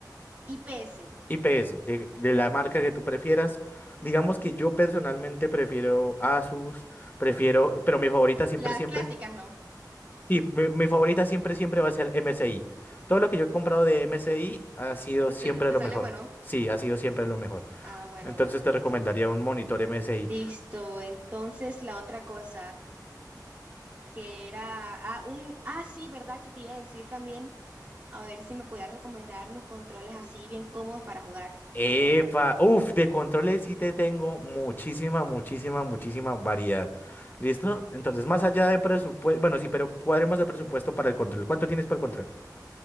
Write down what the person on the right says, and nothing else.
IPS.
Las
clásicas, ¿no?
te te- te
sale
bueno?
Ah, bueno,
bueno, listo.
Listo. Entonces, la otra cosa que era, ah, un, ah, sí, ¿verdad? Que te iba a decir también, a ver si me podías recomendar unos controles así bien cómodos para jugar
en el comp-